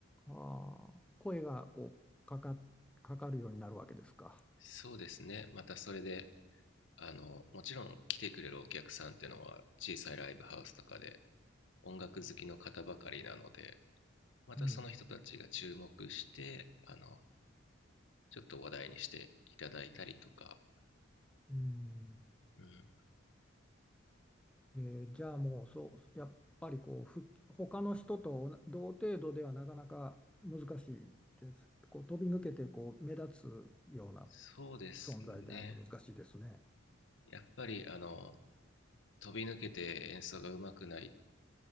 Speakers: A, in the centre; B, on the left.
A: ああ、声がこう、かか、かかるようになるわけですか。
B: そうですね。またそれで、あの、もちろん来てくれるお客さんっていうのは小さいライブハウスとかで音楽好きの方ばかりなので、またその人たちが注目して、
A: うん、
B: あの、ちょっと話題にしていただいたりとか、
A: うん。
B: うん、
A: えーじゃあもうそうやっぱりこうふ他の人と同程度ではなかなか難しいですこう飛び抜けてこう目立つような
B: そうですね。
A: 存在でないと難しいですね。
B: やっぱりあの飛び抜けて演奏がうまくない、